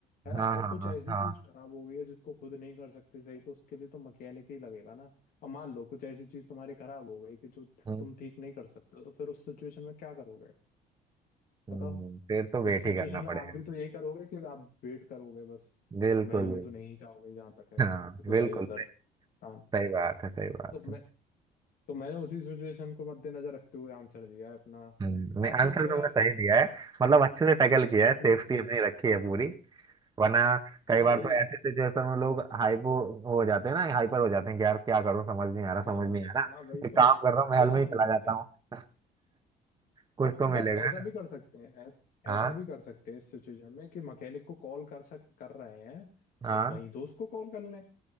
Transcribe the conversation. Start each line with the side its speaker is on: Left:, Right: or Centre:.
Left: है
Right: हाँ
Left: ना और
Right: हाँ
Left: कुछ
Right: हाँ
Left: ऐसी
Right: हाँ।
Left: चीज खराब हो गई है जिसको खुद नहीं कर सकते सही तो उसके लिए तो मैकेनिक ही लगेगा ना और मान लो कुछ ऐसी चीज तुम्हारी खराब हो गई कि जो
Right: हम्म,
Left: तुम ठीक नहीं कर सकते हो तो फिर उस सिचुएशन में क्या करोगे
Right: हम्म,
Left: बताओ
Right: हम्म। फिर तो वेट
Left: उस सिचुएशन
Right: ही करना
Left: में
Right: पड़ेगा
Left: आप भी तो यही करोगे कि आप वेट करोगे बस
Right: बिल्कुल
Left: और महल में
Right: भी
Left: तो नहीं जाओगे जहां तक है
Right: हाँ
Left: क्योंकि
Right: बिल्कुल
Left: भाई उधर कान
Right: सही बात है सही बात
Left: तो
Right: है
Left: मैं तो मैंने उसी सिचुएशन को मद्देनजर रखते हुए आंसर दिया है अपना
Right: हम्म, नहीं
Left: बाकी
Right: आंसर
Left: तो
Right: तुमने
Left: यार
Right: सही दिया है मतलब अच्छे से टैकल किया है सेफ्टी
Left: <laughs>
Right: अपनी रखी है पूरी वरना कई
Left: हाँ
Right: बार
Left: भाई
Right: तो ऐसे सिचुएशन में लोग हाइपो हो जाते हैं ना हाइपर हो जाते हैं कि यार क्या करूं समझ नहीं आ रहा
Left: हाँ
Right: समझ नहीं आ रहा
Left: हाँ भाई
Right: एक
Left: तो
Right: काम कर रहा हूँ
Left: परेशान
Right: महल में ही चला
Left: हो जाते
Right: जाता हूँ
Left: हैं
Right: कुछ
Left: और
Right: तो
Left: पता
Right: मिलेगा
Left: है ऐसा
Right: है
Left: भी
Right: ना?
Left: कर सकते हैं ऐ-
Right: हाँ
Left: ऐसा भी कर सकते हैं इस सिचुएशन में कि मैकेनिक को कॉल कर सक कर रहे हैं
Right: हाँ
Left: तो वहीं दोस्त को कॉल कर लें